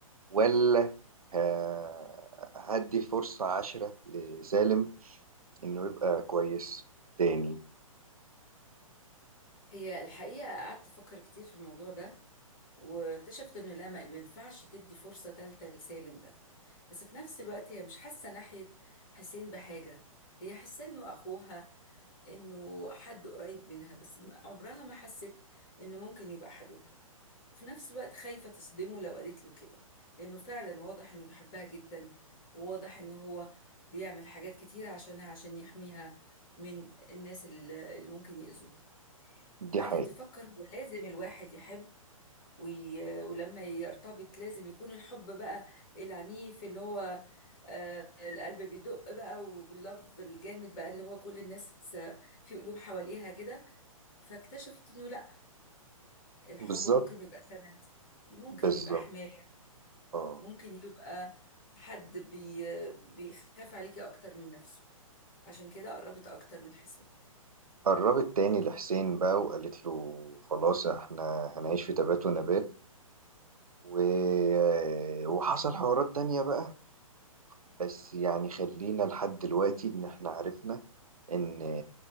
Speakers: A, on the right (about 80°); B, on the left (about 35°).
A: ولا ه- هدي فرصة عشرة لسالم إنه يبقى كويس تاني
B: هي الحقيقة قعدت أفكر كتير في الموضوع ده واكتشفت إنه لا ما ما ينفعش تدي فرصة تالتة لسالم ده بس في نفس الوقت هي مش حاسة ناحية حسين بحاجة هي حاسة إنه أخوها إنه حد قريب منها بس م- عمرها ما حست إنه ممكن يبقى حبيبها وفي نفس الوقت خايفة تصدمه لو قالت له كده لأنه فعلا واضح إنه بيحبها جدا وواضح إنه هو بيعمل حاجات كتيرة عشانها عشان يحميها من الناس اللي اللي ممكن يأذوها
A: دي
B: قعدت
A: حقيقة
B: تفكر هو لازم الواحد يحب وي... ولما يرتبط لازم يكون الحب بقى العنيف اللي هو آه القلب بيدق بقى واللف الجامد بقى اللي هو كل الناس آه، في قلوب حواليها كده فاكتشفت انه لا الحب
A: بالظبط
B: ممكن يبقى سند ممكن
A: بالظبط
B: يبقى حماية
A: اه
B: ممكن يبقى حد بي... بيخاف عليكي اكتر من نفسه عشان كده قربت اكتر من حسين
A: قربت تاني لحسين بقى وقالت له خلاص احنا هنعيش في تبات ونبات و... آه، وحصل حوارات تانية بقى بس يعني خلينا لحد دلوقتي إن إحنا عرفنا إن